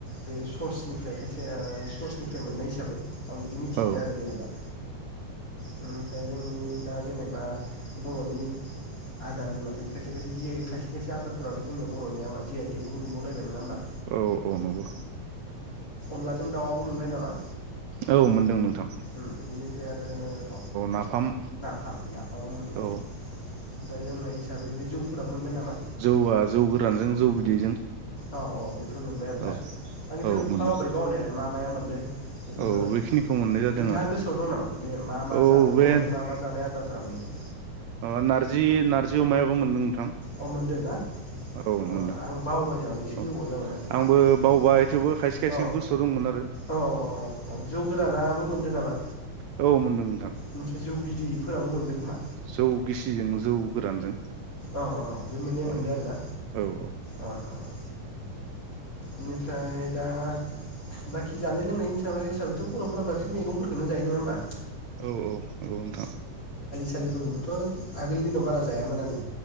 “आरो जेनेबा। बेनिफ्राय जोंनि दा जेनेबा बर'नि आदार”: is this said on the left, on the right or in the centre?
Left